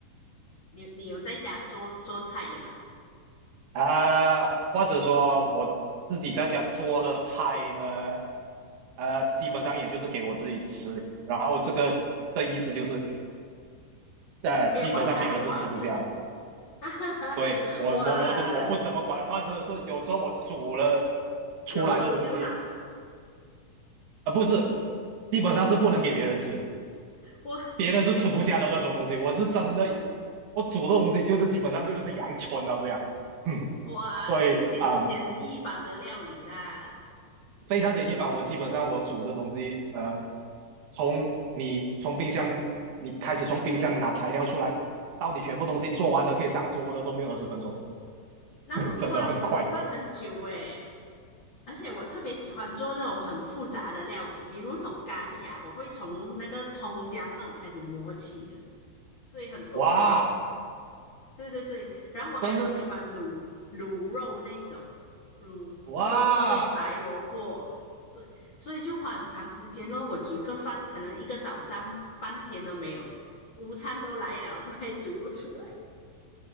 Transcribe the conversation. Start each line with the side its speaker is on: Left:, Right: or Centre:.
Left: 你你有在家做做菜的吗？
Right: 啊、或者说我自己在家做的菜呢，呃，基本上也就是给我自己吃，然后这个的意思就是，呃，
Left: 没有管它好不好吃，
Right: 基本上别人是吃不下的。
Left: <laughs> 哈哈哈。
Right: 对，我我我怎么我不怎么管话是是有时候我煮了
Left: 哇，
Right: 出来的东西
Left: 有熟就好。
Right: 啊、呃不是，基本上是不能给别人吃的
Left: 哇
Right: 别人是吃不下的那种东西。我是真的，我煮的东西就是基本上就是阳春到这样，<laughs> 嗯
Left: 哇，
Right: 所以啊、
Left: 就是简简易版的料理啦。
Right: 非常简易版。我基本上我煮的东西，呃，从你从冰箱你开始从冰箱拿材料出来，到你全部东西做完了可以上桌的都没有二十分钟，
Left: 那么快，
Right: <laughs> 真的很快。
Left: 我煮饭很久诶，而且我特别喜欢做那种很复杂的料理，比如那种咖喱啊，我会从那个葱姜那种开始磨起的，所以很多工。
Right: <laughs> 哇，
Left: 对对对，然后我还很喜欢卤卤肉那一种，
Right: 真的
Left: 卤肉碎白萝卜，
Right: 哇，
Left: 对，所以就花很长时间咯。我煮一个饭，可能一个早上半天都没有，午餐都来了，<laughs> 都还煮不出来。